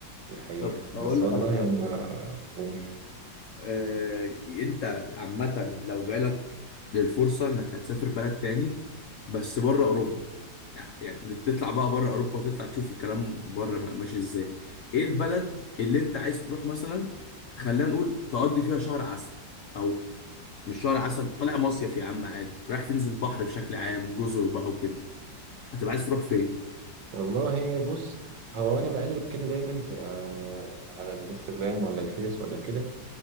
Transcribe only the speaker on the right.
دي حقيقة
بس
والله
هم قول
والله بص هو انا بقلب كده دايما في آه، على الانستجرام ولا الفيس ولا كده